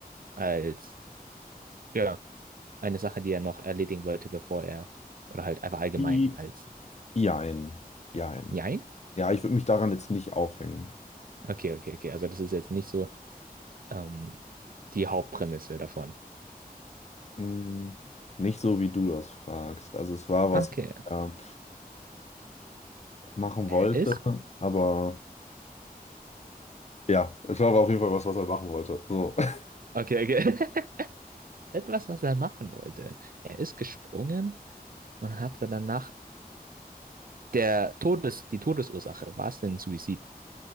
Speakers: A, on the right; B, on the left.
A: als, ja, eine Sache, die er noch erledigen wollte, bevor er, oder halt einfach allgemein
B: I-
A: als,
B: Jein. Jein.
A: nein?
B: Ja, ich würde mich daran jetzt nicht aufhängen.
A: Okay, okay, okay. Also das ist jetzt nicht so ähm, die Hauptprämisse davon.
B: Mm, Nicht so, wie du das fragst. Also es war was,
A: Okay,
B: was er machen
A: er
B: wollte,
A: ist,
B: aber ja, es war aber auf jeden Fall was, was er machen wollte. So. <laughs>
A: okay, okay. <laughs> Etwas, was er machen wollte. Er ist gesprungen und hatte danach der Todes, die Todesursache, war es denn Suizid?